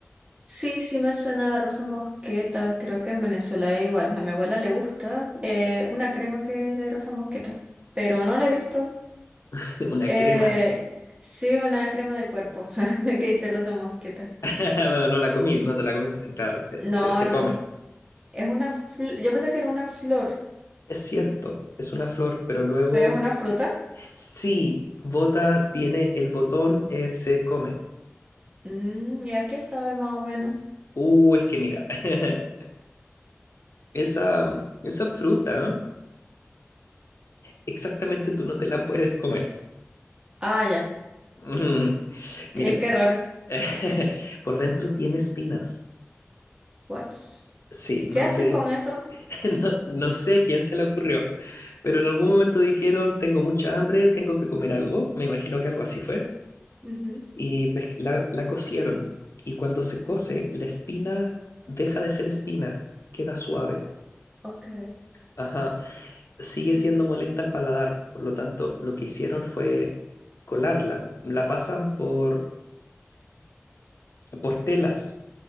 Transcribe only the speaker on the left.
<laughs> una
crema,
<laughs> Bueno, no la comí, no te la comiste, claro, se,
se se come.
Es cierto, es una flor, pero luego
Sí, bota tiene el botón, eh, se come.
Uh, es que mira, <laughs> esa, mm, esa fruta, ¿eh? exactamente tú no te la puedes comer.
Mm, Mira,
<laughs> por dentro tiene espinas.
Sí,
no
sé,
<laughs> no, no sé a quién se le ocurrió, pero en algún momento dijeron, tengo mucha hambre, tengo que comer algo, me imagino que algo así fue,
y pues la, la cocieron, y cuando se cose, la espina deja de ser espina, queda suave.
Ajá. sigue siendo molesta al paladar. Por lo tanto, lo que hicieron fue colarla. La pasan por, por telas.